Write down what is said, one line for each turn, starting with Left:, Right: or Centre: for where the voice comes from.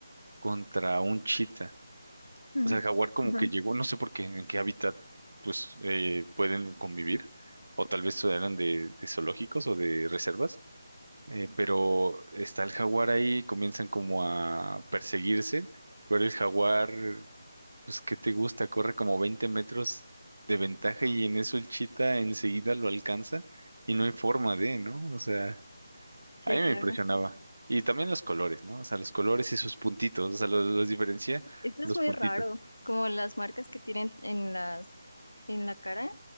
Right: contra un chita.
Left: Ujú.
Right: O sea, el jaguar como
Left: Ujú.
Right: que llegó, no sé por qué, en qué hábitat pues eh, pueden convivir, o tal vez eran de, de zoológicos o de reservas, eh, pero está el jaguar ahí, comienzan como a perseguirse, pero el jaguar, pues, ¿qué te gusta? Corre como 20 metros de ventaja y en eso el chita enseguida lo alcanza y no hay forma de, ¿no? O sea,
Left: sí,
Right: a mí me
Left: claro.
Right: impresionaba. Y también los colores, ¿no? O sea, los colores y sus puntitos, o sea, los, los diferencia
Left: Esto
Right: los
Left: es muy
Right: puntitos.
Left: raro, como las marcas que tienen en las, en la cara,